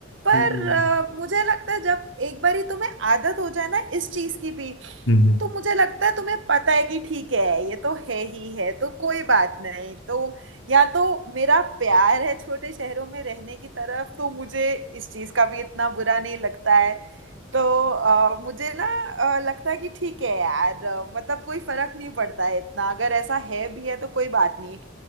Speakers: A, on the right (about 70°); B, on the left (about 75°).
A: पर
B: हम्म
A: अ, मुझे लगता है जब एक बारी तुम्हें आदत हो जाए ना इस चीज की भी
B: हम्म हम्म
A: तो मुझे लगता है तुम्हें पता है कि ठीक है ये तो है ही है तो कोई बात नहीं तो या तो मेरा प्यार है छोटे शहरों में रहने की तरफ तो मुझे इस चीज का भी इतना बुरा नहीं लगता है तो अ, मुझे ना अ, लगता है कि ठीक है यार अ, मतलब कोई फर्क नहीं पड़ता है इतना अगर ऐसा है भी है तो कोई बात नहीं